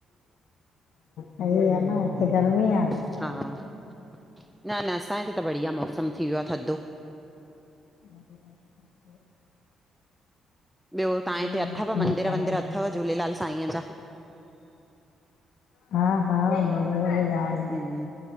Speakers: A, on the left; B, in the centre.
A: सही आ न हिते गर्मी आ।
B: न न असांजे इते त बढ़िया मौसम थी वियो आ थधो।
A: <inaudible>
B: ॿियो तव्हांजे
A: बढ़िया
B: हिते अथव
A: मौसम
B: मंदिर
A: में था
B: वंदिर
A: रहो।
B: अथव झूलेलाल साईंअ जा।
A: हा हा मंदिर त जाम
B: हम्म,